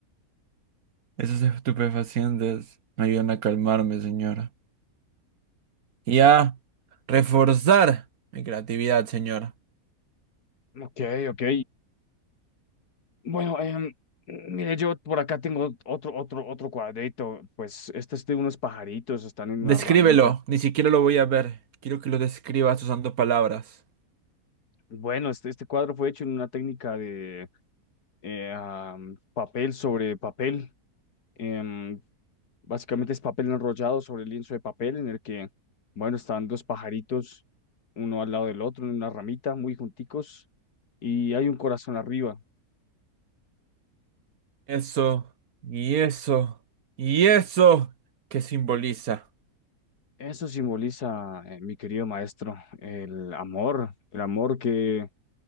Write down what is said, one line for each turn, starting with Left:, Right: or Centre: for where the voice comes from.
Right: esos estupefacientes me ayudan a calmarme, señora. Y a reforzar mi creatividad, señora.
Left: Ok, ok. Bueno, em, mire, yo por acá tengo otro, otro, otro cuadrito. Pues este es de unos pajaritos, están en
Right: Descríbelo,
Left: una ramita.
Right: ni siquiera lo voy a ver. Quiero que lo describas usando palabras.
Left: Bueno, este, este cuadro fue hecho en una técnica de eh, am, papel sobre papel. Em, básicamente es papel enrollado sobre lienzo de papel en el que, bueno, están dos pajaritos, uno al lado del otro, en una ramita, muy junticos, y hay un corazón arriba.
Right: Eso, y eso, y eso, ¿qué simboliza?
Left: Eso simboliza, eh, mi querido maestro, el amor, el amor que